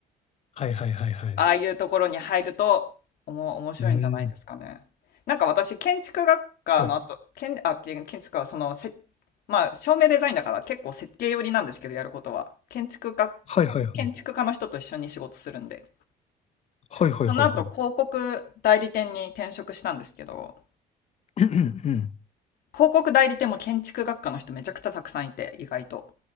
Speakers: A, on the left; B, on the left.
A: はいはいはいはい。
B: ああいうところに入るとおも面白いんじゃないですかね。
A: うーん。
B: なんか私建築学科の後、
A: はい。
B: 建、あ、建建築はそのせ、まあ照明デザインだから結構設計寄りなんですけどやることは建築学、
A: はいはいはい。
B: 建築家の人と一緒に仕事するんで、
A: はいはいはいはい。
B: その後広告代理店に転職したんですけど、
A: うんうん。
B: 広告代理店も建築学科の人めちゃくちゃたくさんいて意外と。